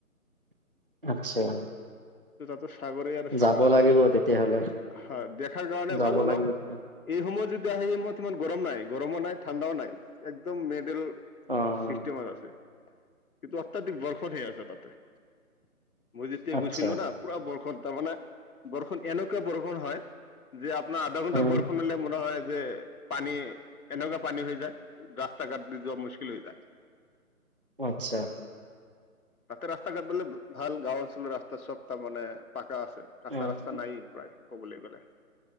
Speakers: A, on the right (about 40°); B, on the left (about 70°).
A: <unintelligible>
B: সাগৰে আৰু সাগৰ।
A: যাব লাগিব তেতিয়াহ'লে
B: হয়! দেখাৰ কাৰণে,
A: যাব
B: ভাল অলপ।
A: লাগিব অ',
B: এই সময়ত যদি আহে, এই সময়ত ইমান গৰম নাই। গৰমো নাই, ঠাণ্ডাও নাই। একদম মেডেল
A: অ',
B: চিষ্টেমত আছে। কিন্তু, অত্যাধিক বৰষুণ হৈ আছে তাতে। <unintelligible>
A: আচ্ছা
B: পুৰা বৰষুণ তাৰমানে, বৰষুণ এনেকুৱা বৰষুণ হয়। যে, আধা ঘণ্টা
A: অ',
B: বৰষুণ হলে <unintelligible> যে পানী এনেকুৱা পানী হৈ যায়। ৰাস্তা ঘাট দি যোৱা মুস্কিল হৈ যায়। <inaudible>
A: আচ্ছা!
B: তাতে, ৰাস্তা ঘাট মানে ভাল গাঁও অঞ্চলৰ ৰাস্তা সব তাৰমানে, পাক পাকা আছে। কাঁচা
A: অ',
B: ৰাস্তা নায়েই, প্ৰায় ক'বলৈ গ'লে।